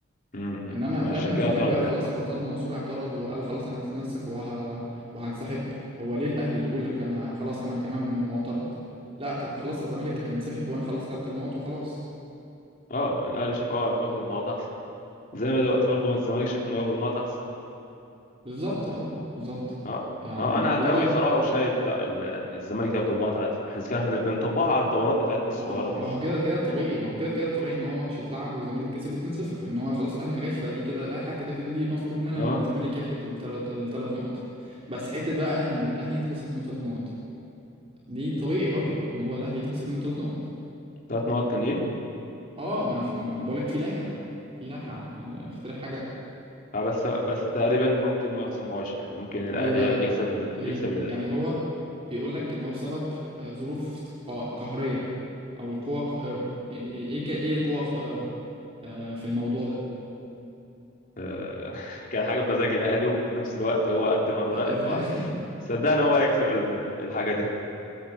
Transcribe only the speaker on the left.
امم
عشان
كده
اعترض
يعني
اه الاهلي شاف اه انه ياخد النقاط احسن زي ما دلوقتي برضه ما الزمالك شاف انه ياخد النقاط احسن
اه
اه انا
اهلاوي صراحه وشايف لا ال- يعني الزمالك ياخد النقط عادي احنا كان احنا بنطبقها على الدورات بتاعتنا الصغيره
دي
مش
عارف
اه
ثلاث نقط تانيين
اه بس بس تقريبا ممكن ما يخصمهاش يعني ممكن الاهلي
يكسب ال...
يكسب ال...
آه، <laughs> كان حاجه بمزاج الاهلي وفي نفس الوقت هو قدم اوراق
ان هو
صدقني هو هيكسب ال... الحاجه دي